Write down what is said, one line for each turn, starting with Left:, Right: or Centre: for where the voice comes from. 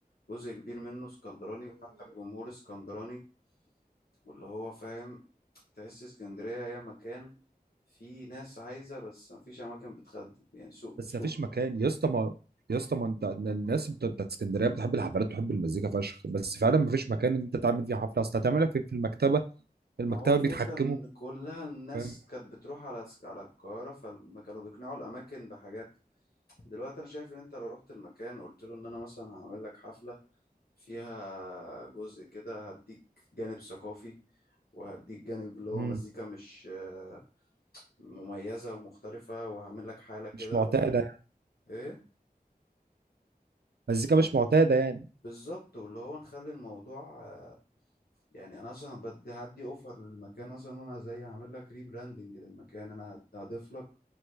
Left: جزء كبير منه اسكندراني وحتى الجمهور اسكندراني واللي هو فاهم تحس اسكندريه هي مكان فيه ناس عايزه بس مفيش اماكن بتخدم يعني سوق
Right: بس
Left: سوق
Right: ما فيش مكان يا اسطى ما يا اسطى ما انت الناس بتا- بتاعت اسكندريه بتحب الحفلات وتحب المزيكا فشخ بس فعلا ما فيش مكان انت تعمل فيه حفله اصل هتعملها فين في المكتبه المكتبه
Left: ما هو الفكرة
Right: بيتحكموا
Left: إن كلها الناس
Right: فاهم
Left: كانت بتروح على على القاهرة فما كانوا بيقنعوا الأماكن بحاجات دلوقتي أنا شايف إن أنت لو رحت المكان وقلت له إن أنا مثلا هعمل لك حفلة فيها جزء كده هديك جانب ثقافي وهديك جانب اللي هو
Right: امم
Left: مزيكا مش آه، مميزة ومختلفة وهعمل لك حالة كده
Right: مش معتاده
Left: وهت...
Right: يعني.
Left: إيه
Right: مزيكا مش معتاده يعني
Left: بالظبط واللي هو نخلي الموضوع آه، يعني أنا أصلا بدي هدي أوفر للمكان مثلا أنا زي هعمل لك ريبراندنج للمكان أنا هضيف لك